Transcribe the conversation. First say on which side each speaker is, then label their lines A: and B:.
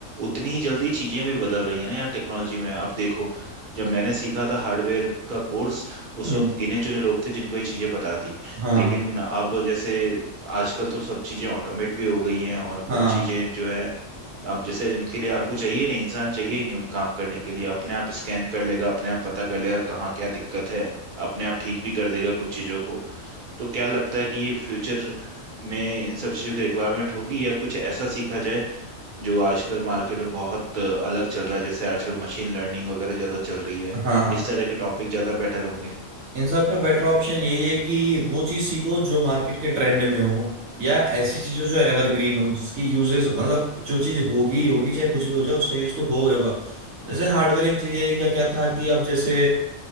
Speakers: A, on the right; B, on the right.
A: उतनी ही जल्दी चीजें भी बदल रही हैं ना यार टेक्नोलॉजी में अब देखो जब मैंने सीखा था हार्डवेयर का कोर्स उस
B: हम्म
A: वक्त गिने चुने लोग थे जिनको ये चीजें पता थी
B: हाँ
A: लेकिन अब जैसे आजकल तो सब चीजें ऑटोमेट भी हो गई हैं और
B: हाँ
A: कुछ चीजें जो है अब जैसे उनके लिए आपको चाहिए नहीं इंसान चाहिए ही नहीं उन काम करने के लिए अपने आप स्कैन कर लेगा अपने आप पता कर लेगा कहाँ क्या दिक्कत है अपने आप ठीक भी कर देगा कुछ चीज़ों को तो क्या लगता है कि ये फ्यूचर में इन सब चीज़ों की रिक्वायरमेंट होगी या कुछ ऐसा सीखा जाए जो आजकल मार्केट में बहुत अलग चल रहा है जैसे आजकल मशीन लर्निंग वगैरह ज़्यादा चल रही है
B: हाँ
A: इस तरह के टॉपिक ज़्यादा बेटर होंगे
B: इन सब का बेटर ऑप्शन यही है कि वो चीज सीखो जो मार्केट के ट्रेंड में हो या ऐसी चीजों जो एवरग्रीन हो जिसकी यूजेस मतलब जो चीज होगी ही होगी चाहे कुछ भी हो जाए उसका यूज तो हो गई होगा जैसे हार्डवेयर इंजीनियरिंग का क्या था कि अब जैसे